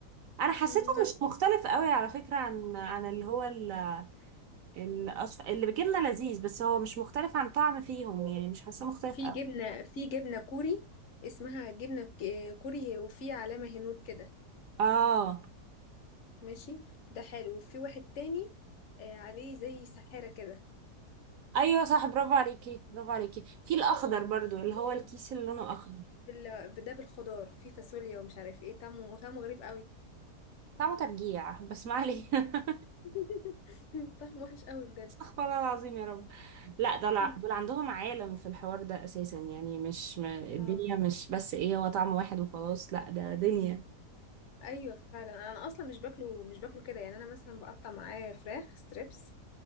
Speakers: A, on the right; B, on the left.
A: انا حسيته
B: مم، لا
A: مش مختلف قوي على فكرة عن عن اللي هو ال الأصف... اللي بجبنة لذيذ بس هو مش مختلف عن طعم فيهم يعني مش حاساه مختلف
B: في
A: قوي
B: جبنه في جبنه كوري اسمها جبنه ك- كوري وفي علامه هنود كده
A: اه
B: ماشي ده حلو وفي واحد تاني آه، عليه زي سحاره كده
A: ايوه صح برافو عليكي برافو عليكي في الاخضر برضو اللي هو الكيس اللي لونه اخضر
B: بال- ده بالخضار في فاصوليا ومش عارف ايه طعمه طعمه غريب قوي
A: طعمه ترجيع بس ما عليه <laughs>
B: <laughs> طعمه وحش قوي بجد
A: استغفر الله العظيم يا رب لا دول ع-
B: مم.
A: دول عندهم عالم في الحوار ده اساسا يعني مش ما... الدنيا
B: اه
A: مش بس ايه هو طعم واحد وخلاص لا ده دنيا
B: ايوه فعلا انا اصلا مش باكله مش باكله كده يعني انا مثلا بقطع معاه فراخ ستريبس